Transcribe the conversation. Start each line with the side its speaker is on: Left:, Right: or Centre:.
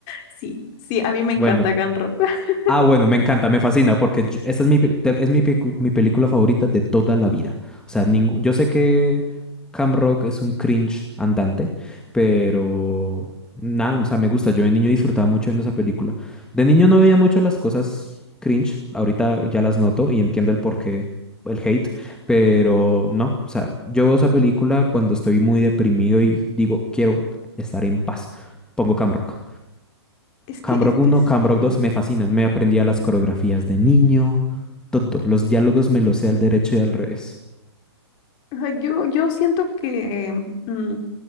Left: Sí, sí, a mí me encanta
Centre: Bueno,
Left: Can Rock. <laughs>
Centre: Ah, bueno, me encanta, me fascina, porque yo- esta es mi, pe- tel- es mi, pecu- mi película favorita de toda la vida. O sea, ningú- yo sé que Cam Rock es un cringe andante, pero nada, o sea, me gusta. Yo de niño disfrutaba mucho viendo esa película. De niño no veía mucho las cosas cringe, ahorita ya las noto y entiendo el porqué, el hate, pero no, o sea, yo veo esa película cuando estoy muy deprimido y digo, quiero estar en paz. Pongo Cam Rock.
Left: Es que,
Centre: Camrock
Left: es que
Centre: uno,
Left: sí.
Centre: Camrock dos, me fascinan. Me aprendía las coreografías de niño, todo. Los diálogos me los sé al derecho y al revés.
Left: O sea, yo, yo siento que mm,